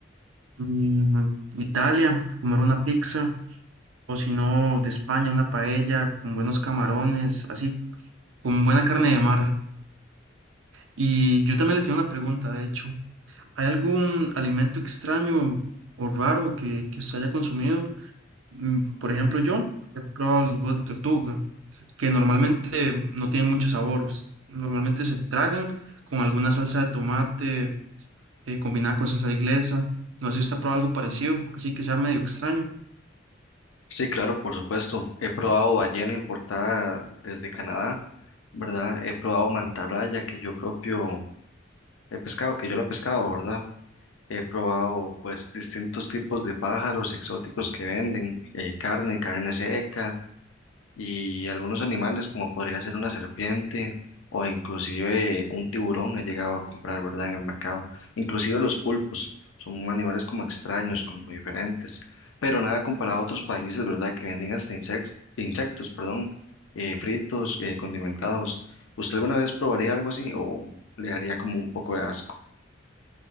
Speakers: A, on the right; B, on the left.
A: mm, Italia, comer una pizza, o si no, de España, una paella con buenos camarones, así, con buena carne de mar. Y yo también le tengo una pregunta, de hecho. ¿Hay algún alimento extraño o raro que, que usted haya consumido? Mm, Por ejemplo, yo he probado los huevos de tortuga, que normalmente no tienen mucho sabor. us- Normalmente se tragan con alguna salsa de tomate eh, combinada con salsa inglesa. No sé si usted ha probado algo parecido, así que sea medio extraño.
B: Sí, claro, por supuesto. He probado ballena importada desde Canadá, ¿verdad? He probado mantarraya que yo propio he pescado, que yo la he pescado, ¿verdad? He probado pues distintos tipos de pájaros exóticos que venden, eh, carne, carne seca. y algunos animales como podría ser una serpiente o inclusive un tiburón he llegado a comprar, ¿verdad? En el mercado. Inclusive los pulpos son animales como extraños, como diferentes, pero nada comparado a otros países, ¿verdad? Que venden hasta insectos, insectos, perdón, eh, fritos, eh, condimentados. ¿Usted alguna vez probaría algo así o le daría como un poco de asco?